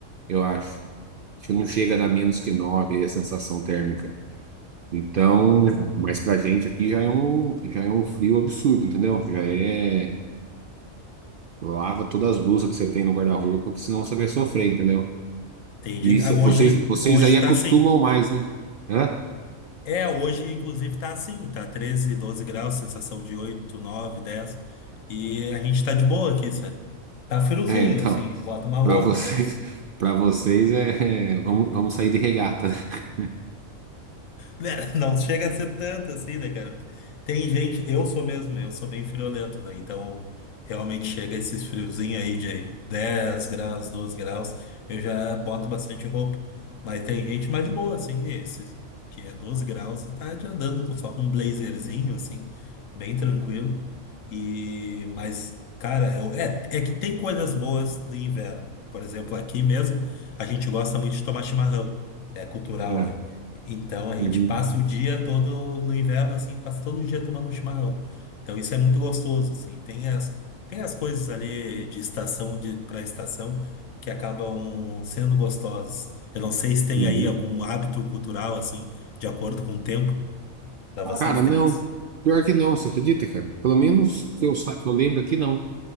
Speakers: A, on the right (about 65°); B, on the left (about 75°).
A: Eu acho. Acho que não chega a dar menos que nove aí a sensação térmica. Então, mas pra gente aqui já é um, já é um frio absurdo, entendeu? Já é. Lava todas as blusas que você tem no guarda-roupa, que senão você vai sofrer, entendeu?
B: Entendi.
A: E se-
B: Ah, Hoje,
A: É. vocês, vocês
B: hoje
A: aí acostumam
B: tá assim.
A: mais, né? Hã?
B: É, hoje, inclusive, tá assim, tá 13 12 graus, sensação de oito nove dez E a gente tá de boa aqui, sabe? Tá friozinho,
A: É, então,
B: assim, bota
A: <laughs>
B: uma roupa,
A: para vocês,
B: mas.
A: para vocês é, é, vamos, vamos sair de regata, <laughs>
B: Né, <laughs> Não chega a ser tanto assim, né, cara? Tem gente, eu sou mesmo, eu sou bem friolento, né? Então, realmente chega esses friozinhos aí de 10 graus, 12 graus, eu já boto bastante roupa. Mas tem gente mais de boa, assim, esse, que é 12 graus e tá de andando com- só com um blazerzinho, assim, bem tranquilo. E, mas, cara, é, é é que tem coisas boas do inverno. Por exemplo, aqui mesmo, a gente gosta muito de tomar chimarrão. É cultural,
A: né?
B: né? Então a gente
A: É, uhum,
B: passa o dia todo no inverno, assim, passa todo dia tomando um chimarrão. Então isso é muito gostoso, assim. Tem as, tem as coisas ali de estação de, para estação que acabam sendo gostosas. Eu não sei se tem
A: uhum.
B: aí algum hábito cultural, assim, de acordo com o tempo. Da vocês
A: Cara,
B: tem
A: não.
B: isso?
A: Pior que não, você acredita, cara? Pelo menos que eu, sa- que eu lembro aqui, não.